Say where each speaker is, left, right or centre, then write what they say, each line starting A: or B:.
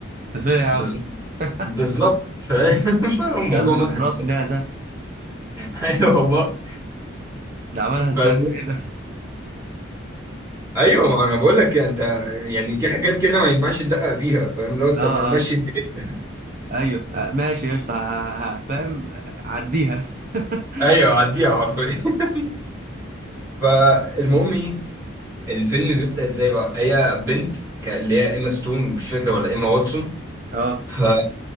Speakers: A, on the right; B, on the right.
A: ده فين يا عم
B: بز-
A: <laughs>
B: بالظبط فاهم <laughs> الموضوع
A: كلب
B: مضحك
A: براس معزه
B: <laughs> ايوه والله
A: ده عملها ازاي
B: فاهم؟
A: ده ايه ده
B: ايوه ما انا بقول لك انت يعني في حاجات كده ما ينفعش تدقق فيها فاهم لو انت
A: اه
B: ماشي
A: اه
B: الدنيا
A: ايوه آه، ماشي قشطه ه- ه- فاهم عديها <laughs>
B: <laughs> ايوه عديها حرفيا <laughs> فالمهم ايه الفيلم بيبدأ ازاي بقى هي بنت ك- اللي هي ايما ستون مش فاكره ولا ايما واتسون
A: اه
B: ف